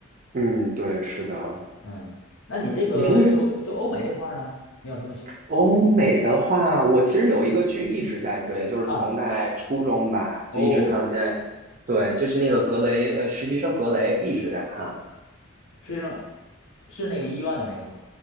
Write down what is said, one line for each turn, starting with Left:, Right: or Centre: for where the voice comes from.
Right: 嗯，对，是的，
Left: 嗯，那你这个就就欧美这块儿呢，
Right: 你平时
Left: 你有什么喜
Right: 欧美的话，我其实有一个剧一直在追，就是从大概初中吧，
Left: 啊？哦，
Right: 就一直看到现在。对，就是那个格雷，呃，实习生格雷一直在看。
Left: 是那是那个医院的那个吗？